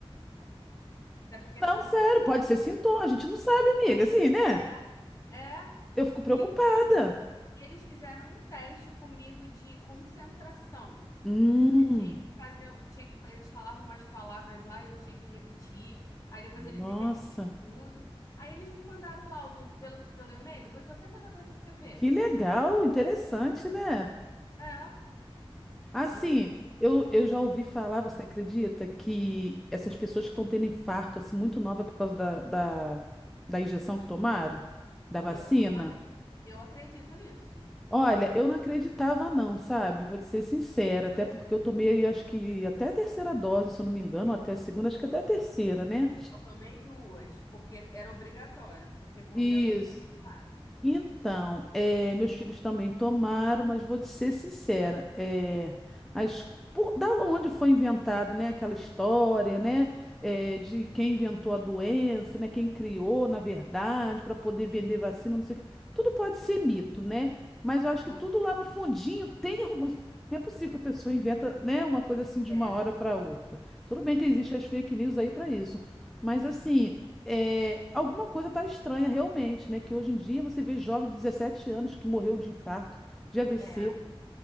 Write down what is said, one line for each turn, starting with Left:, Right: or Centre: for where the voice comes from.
Left: é porque
Centre: Não,
Left: tá muito
Centre: sério,
Left: acelerado.
Centre: pode ser sintoma. A gente não sabe, amiga, assim, né?
Left: É, é,
Centre: Eu fico preocupada.
Left: e assim, e eles fizeram um teste comigo de concentração.
Centre: Hum,
Left: Aí tinha que fazer, tinha que, fa- eles falavam umas palavras lá e eu tinha que repetir. Aí depois
Centre: nossa,
Left: eles invertiram tudo. Aí eles me mandaram o laudo pelo, pelo e-mail, depois eu vou até mandar pra você ver.
Centre: que legal, interessante, né?
Left: É,
Centre: Assim,
Left: é um
Centre: eu, eu já ouvi falar, você acredita, que essas pessoas que estão tendo infarto, assim, muito nova por causa da, da, da injeção que tomaram, da vacina?
Left: Eu, eu, a- eu acredito nisso.
Centre: Olha, eu não acreditava não, sabe? Vou te ser sincera, até porque eu tomei, acho que até a terceira dose, se eu não me engano, ou até a segunda, acho que até a terceira, né?
Left: Eu tomei duas, porque era obrigatório, porque por
Centre: Isso.
Left: mim eu não teria tomado.
Centre: Então, eh, meus filhos também tomaram, mas vou te ser sincera, eh, as- por- da onde foi inventado, né, aquela história, né, eh, de quem inventou a doença, né, quem criou, na verdade, para poder vender vacina, não sei o quê, tudo pode ser mito, né? Mas eu acho
Left: Ah,
Centre: que tudo lá no fundinho <laughs> tem algum. Não é possível que a pessoa inventa, né, uma coisa assim de
Left: é,
Centre: uma hora para outra. Tudo bem que existem as fake news aí para isso, mas assim é, alguma coisa está estranha realmente, né? Que hoje em dia você vê jovens de 17 anos que morreu de infarto, de AVC.
Left: é,